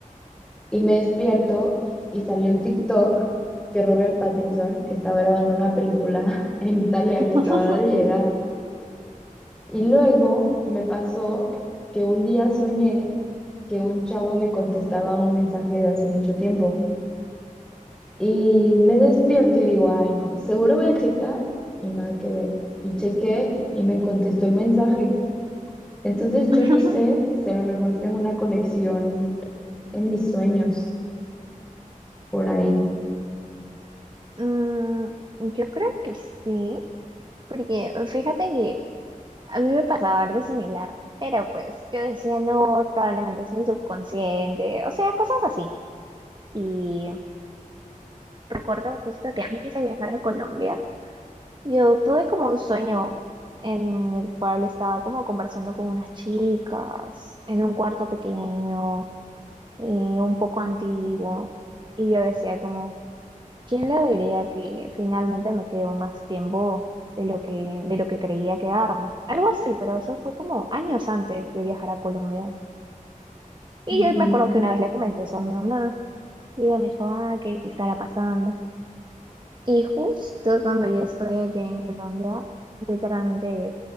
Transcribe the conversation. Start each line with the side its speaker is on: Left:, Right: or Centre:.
Centre: Y me despierto y salió un TikTok que Robert Pattinson estaba grabando una película <laughs> en Italia que
Right: ujú.
Centre: acababa de llegar. Y luego me pasó que un día soñé que un chavo me contestaba un mensaje de hace mucho tiempo. Y me despierto y digo, ay no, seguro voy a checar y nada que ver. Y chequé y me contestó el mensaje. Entonces yo
Right: <laughs>
Centre: no sé si a lo mejor tengo una conexión en mis sueños por ahí.
Right: Mm, yo creo que sí, porque fíjate que A mí me pasaba algo similar, pero pues yo decía, no, probablemente es mi subconsciente, o sea, cosas así. Y recuerdo justo que antes de viajar a Colombia, yo tuve como un sueño en el cual estaba como conversando con unas chicas en un cuarto pequeño y un poco antiguo. Y yo decía como, ¿Quién le diría que finalmente me quedó más tiempo de lo que, de lo que creía quedarme? Algo así, pero eso fue como años antes de viajar a Colombia. Y
Centre: Ujú.
Right: yo me acuerdo que una vez le comenté eso a mi mamá y ella me dijo, ah, ¿qué, qué estará pasando? Y justo cuando yo estoy allá en Colombia, literalmente,